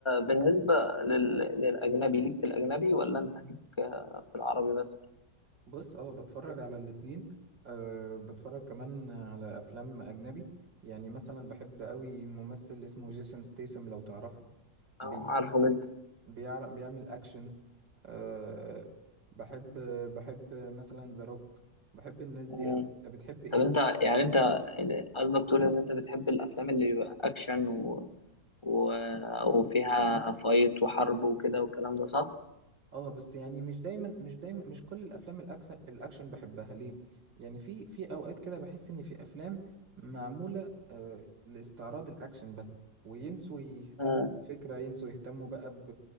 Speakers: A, on the left (about 20°); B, on the right (about 85°).
A: بالنسبة لل... للأجنبي ليك في الأجنبي ولا أنت ليك في العربي بس؟
B: بص اه بتفرج على الاتنين أه بتفرج كمان على افلام اجنبي يعني مثلا بحب قوي ممثل اسمه جيسون ستيسم لو تعرفه بي-
A: اه عارفه
B: بيعمل
A: جدا
B: بيعر- بيعمل اكشن أه بحب بحب مثلا ذا روك بحب الناس
A: مم.
B: دي قوي انت بتحب ايه
A: طب أنت
B: مثلا
A: يعني أنت قصدك تقول إن أنت بتحب الأفلام اللي بيبقى أكشن و... و... وفيها فايت وحرب وكده والكلام ده صح؟
B: اه بس يعني مش دايما مش دايما مش كل الافلام الاكشن الاكشن بحبها ليه يعني في في اوقات كده بحس ان في افلام معموله آه لاستعراض الاكشن بس وينسوا يهتموا
A: آه.
B: بالفكره ينسوا يهتموا بقى ب